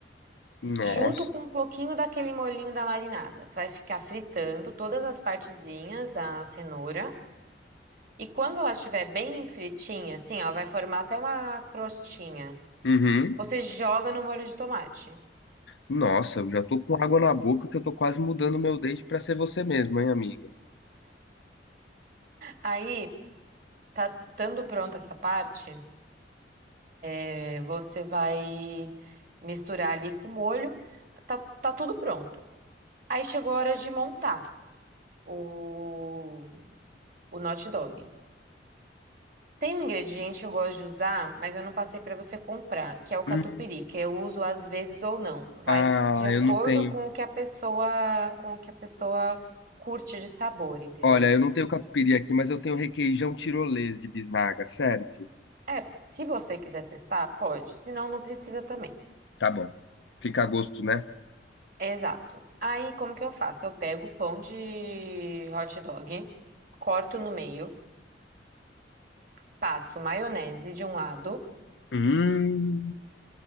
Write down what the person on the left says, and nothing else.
Nossa.
Uhum.
Nossa, eu já tô com água na boca que eu tô quase mudando meu date pra ser você mesmo, hein, amiga?
Hum.
Ah,
eu não tenho.
Olha, eu não tenho catupiry aqui, mas eu tenho requeijão tirolês de bisnaga. Serve?
Tá bom. Fica a gosto, né?
Hum,